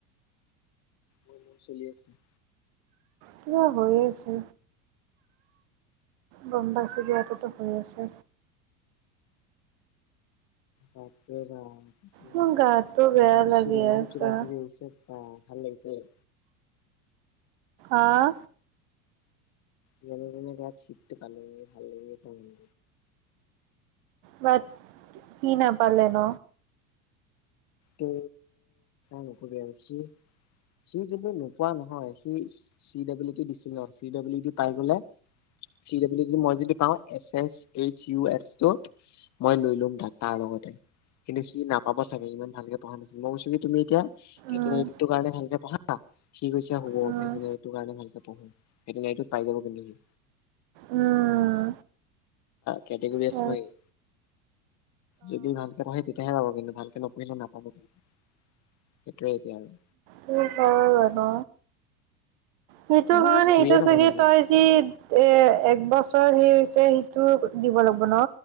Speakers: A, on the left (about 40°); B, on the right (about 60°).
A: মোৰ চলি আছে।
B: কিবা হৈয়ে আছে, গম্বা চুবাততো হৈ আছে।
A: বাপৰে বাপ! বুঢ়ীচৰ
B: মোৰ গাটো বেয়া লাগি
A: ইমান
B: আছে
A: কিবা - কিবি হৈছে বা! ভাল লাগিছিলে।
B: আহ।
A: যেনে তেনে গাত শিতটো পালে ভাল লাগি আছে মানে।
B: বাট কি নাপালে? ন
A: ত নকবি আৰু সি সি যদি নোপোৱা নহয়, সি চি ডাব্লিটি দিছিল ন চি ডাব্লিটি পাই গলে চি ডাবলি মই যদি পাওঁ S S H U S মই লৈ লম দাদ তাৰ লগতে কিন্তু সি নাপাব চাগে ইমান ভালকে পঢ়া নাছিল, মই কৈছো কি তুমি এতিয়া ভেটেনেৰিৰ
B: উম
A: কাৰণে ভালকে পঢ়া সি কৈছে হব
B: উম
A: ভেটেনেটোৰ কাৰণে ভালকে পঢ়ো ভেটেনেৰিটোত পাই যাব কিন্তু সি
B: উম
A: কেটেগৰী আছে
B: অ
A: নাকি? যদি ভালকে পঢ়ে তেতিয়া তেতিয়াহে পাব কিন্তু ভালকে নপঢ়িলে নাপাব, কি সেইটোৱে এতিয়া আৰু।
B: কি ক জানো? সেইটো
A: এ
B: কাৰণে
A: শুইয়ে
B: এইটো
A: থাকো
B: চাগে
A: নেকি।
B: তই যি এ এক বছৰ সেই সেইটো দিব লাগিব ন।